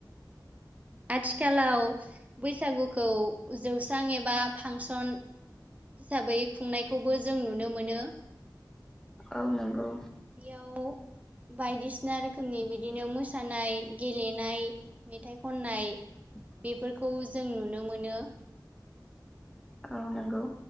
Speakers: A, on the right; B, in the centre.
A: आथिखालाव बैसागुखौ जौस्रां एबा फांसन हिसाबै खुंनायखौबो जों नुनो मोनो।
B: औ नंगौ।
A: बियाव बायदिसिना रोखोमनि बिदिनो मोसानाय गेलेनाय मेथाइ खननाय
B: <inaudible>
A: बेफोरखौ जों नुनो मोनो
B: औ नंगौ।